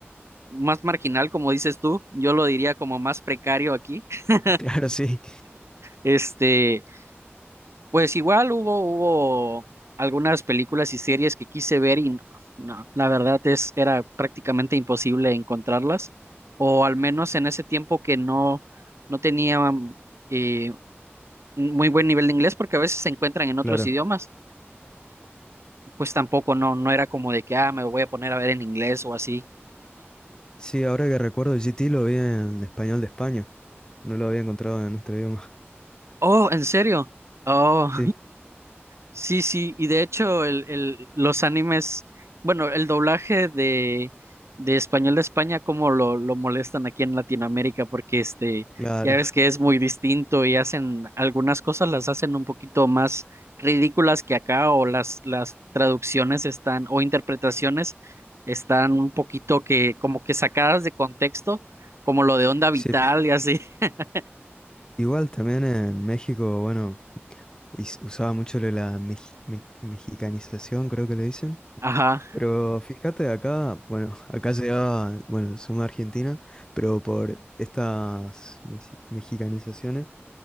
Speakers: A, on the right; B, on the left.
A: más marginal, como dices tú, yo lo diría como más precario aquí. <laughs>
B: Claro, sí,
A: Este, pues igual hubo, hubo algunas películas y series que quise ver y no, no, la verdad es, era prácticamente imposible encontrarlas. O al menos en ese tiempo que no, no tenía mm, eh, un muy buen nivel de inglés, porque a veces se encuentran en
B: claro.
A: otros idiomas. pues tampoco no, no era como de que, ah, me voy a poner a ver en inglés o así.
B: Sí, ahora que recuerdo, GT lo vi en español de España. No lo había encontrado en nuestro idioma.
A: Oh, ¿en serio? Oh,
B: Sí.
A: Sí, sí, y de hecho el, el, los animes, bueno, el doblaje de, de español de España, cómo lo, lo molestan aquí en Latinoamérica, porque este,
B: Claro,
A: ya ves que es muy distinto y hacen algunas cosas las hacen un poquito más ridículas que acá, o las, las traducciones están, o interpretaciones están un poquito que, como que sacadas de contexto, como lo de Onda Vital
B: sí.
A: y así. <laughs>
B: Igual también en México, bueno, is- usaba mucho lo de la meji- me- mexicanización, creo que le dicen.
A: Ajá.
B: Pero fíjate acá, bueno, <laughs> acá llegaba, bueno, somos de Argentina, pero por estas mexi- mexicanizaciones,